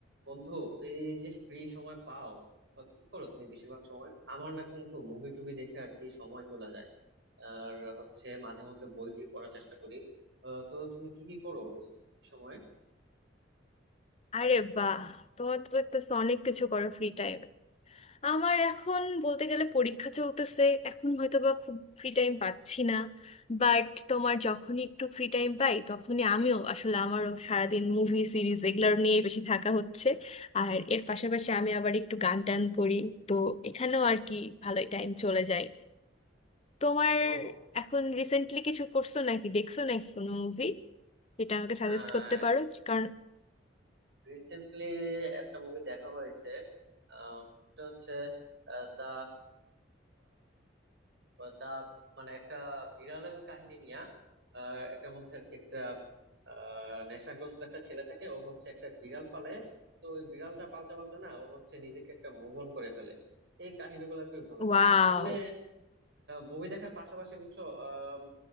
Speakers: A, on the right (about 60°); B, on the left (about 35°).
A: বন্ধু এই যে ফ্রি সময় পাও আহ, কি করো তুমি বেশিরভাগ সময় আমার না কিন্তু মুভি টুভি দেখে আর কি সময় চলে যায় আর হচ্ছে মাঝে মধ্যে বইটি পড়ার চেষ্টা করি আহ, তো তুমি কি কি করো এই free সময়ে
B: আরে বাহ তোমার তো দেখতেছো অনেক কিছু করো ফ্রি টাইমে আমার এখন বলতে গেলে পরীক্ষা চলতেছে এখন হয়তো বা খুব ফ্রি টাইম পাচ্ছি না বাট তোমার যখনই একটু ফ্রি টাইম পাই তখনই আমিও আসলে আমারও সারাদিন মুভি সিরিজ এগুলো নিয়ে বেশি থাকা হচ্ছে আর এর পাশাপাশি আমি আবার একটু গান টান করি তো এখানেও আর কি ভালোই টাইম চলে যায় তোমার
A: তো
B: এখন রিসেন্টলি কিছু করছো নাকি দেখছো নাকি কোনো মুভি যেটা আমাকে সাজেস্ট
A: আহ
B: করতে পারো কারণ
A: রিসেন্টলি একটা মুভি দেখা হয়েছে আহ, এটা হচ্ছে দা দা মানে একটা বিড়ালের কাহিনী নিয়া আহ এটার মধ্যে আর কি একটা আহ নেশাগ্রস্ত একটা ছেলে থাকে ও হচ্ছে একটা বিড়াল পালে তো ওই বিড়ালটা পালতে পালতে না ও হচ্ছে নিজেকে একটা মুভ অন করে ফেলে এই কাহিনীগুলো খুবই ভালো লাগছে
B: ওয়াও
A: এমনি মুভি দেখার পাশাপাশি বুঝছো আম,